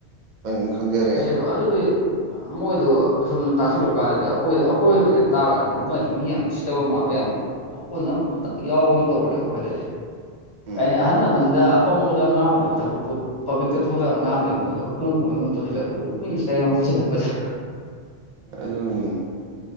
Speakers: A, on the right; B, on the left.
A: ꯑꯩꯅ ꯑꯗꯨꯝ ꯈꯪꯖꯔꯦꯕ
B: ꯑꯁꯦꯡꯕ ꯑꯗꯨꯗꯤ ꯃꯣꯏꯗꯨ ꯑ ꯁꯨꯝ ꯇꯥꯁꯤꯜꯂꯨꯀꯥꯟꯗꯗꯤ ꯑꯩꯈꯣꯏꯗꯤ ꯀꯣꯏꯔꯣꯏꯗꯅ ꯇꯥꯔꯥꯟꯅꯗꯤ ꯃꯣꯏꯗꯤ ꯃꯤ ꯌꯥꯝ ꯏꯁꯇꯕ ꯃꯥꯟꯕ ꯌꯥꯝ ꯀꯣꯟꯟ ꯑꯃ ꯌꯥꯎꯕ ꯑꯃ ꯇꯧꯔꯦꯕ ꯑꯩꯈꯣꯏꯗꯗꯤ
A: ꯎꯝ
B: ꯀꯅꯤ ꯑꯍꯜꯅ ꯃꯗ ꯑꯄꯪꯕꯗ ꯉꯥꯡꯒꯗꯕ ꯊꯕꯛꯇꯨ ꯄꯥꯕ꯭ꯂꯤꯛꯇ ꯊꯣꯛꯂꯛꯒ ꯉꯥꯡꯉꯕꯒꯤ ꯃꯑꯣꯡꯗ ꯀ ꯂꯥꯛꯄꯗꯤꯁ ꯌꯥꯝ ꯂꯥꯛꯄꯗ
A: ꯑꯗꯨꯅꯦ